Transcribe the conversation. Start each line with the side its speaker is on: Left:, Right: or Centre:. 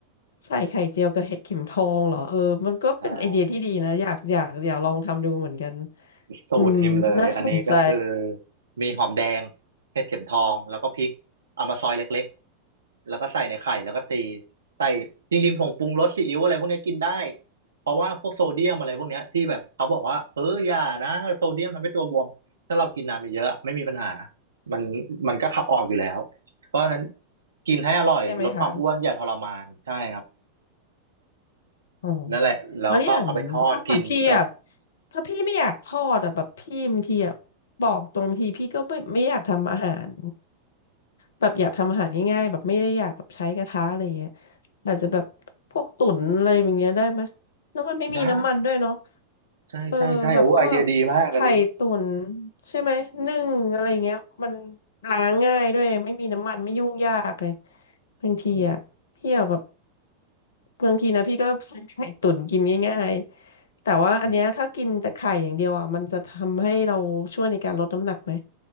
Left: ใส่ไข่เจียวกับเห็ดเข็มทองเหรอเออมันก็เป็นไอเดียที่ดีนะอยากอยากอยากลองทำดูเหมือนกัน
Right: ๆอ่า สูตรหิมเลยอันนี้ก็คือ
Left: อืมน่าสนใจ
Right: มีหอมแดงเห็ดเข็มทองแล้วก็พริกเอามาซอยเล็กๆแล้วก็ใส่ในไข่แล้วก็ตีใส่จริงๆผงปรุงรสซีอิ๊วอะไรพวกนี้กินได้เพราะว่าพวกโซเดียมอะไรพวกเนี้ยที่แบบเขาบอกว่าเอออย่านะโซเดียมทำให้ตัวบวมถ้าเรากินน้ำเยอะๆไม่มีปัญหามันมันก็ขับออกอยู่แล้วเพราะฉะนั้นกินให้อร่อยลดความอ้วนอย่าทรมานใช่ครับ
Left: ใช่ไหมคะ อ๋อ
Right: นั่นแหละแล้วก็เอาไปทอดกินจบ
Left: แล้วอย่างช้างสัตพี่อ่ะถ้าพี่ไม่อยากทอดอ่ะแบบพี่บางทีอ่ะบอกตรงบางทีพี่ก็ไม่ไม่อยากทำอาหารแบบอยากทำอาหารง่ายๆแบบไม่ได้อยากแบบใช้กระทะอะไรเงี้ยอาจจะแบบพวกตุ๋นอะไรอย่างเงี้ยได้ไหมแล้วมันไม่มีน้ำมันด้วยเนาะ
Right: ได้ใช่ใช่ใช่โอ้ไอเดียดีมากอันนี้
Left: เออแบบพวกไข่ตุ๋นใช่ไหมนึ่งอะไรเงี้ยมันล้างง่ายด้วยไม่มีน้ำมันไม่ยุ่งยากเลย บางทีอ่ะพี่อะแบบ
Right: อืม
Left: บางทีนะพี่ก็ <laughs> ผัดไข่ตุ๋นกินง่ายๆแต่ว่าอันเนี้ยถ้ากินแต่ไข่อย่างเดียวอ่ะมันจะทำให้เราช่วยในการลดน้ำหนักไหม
Right: อืม